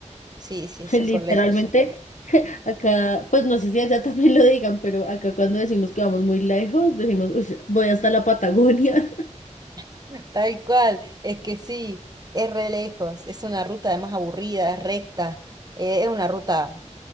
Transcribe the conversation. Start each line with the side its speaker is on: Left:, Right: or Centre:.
Right: sí, sí, es
Left: <laughs> Literalmente,
Right: súper lejos,
Left: <laughs> acá, pues no sé si allá también lo digan, pero acá cuando decimos que vamos muy lejos, decimos, "Ush, voy hasta la Patagonia.
Right: <laughs> tal cual, es que sí, es re lejos, es una ruta además aburrida, es recta, eh, es una ruta,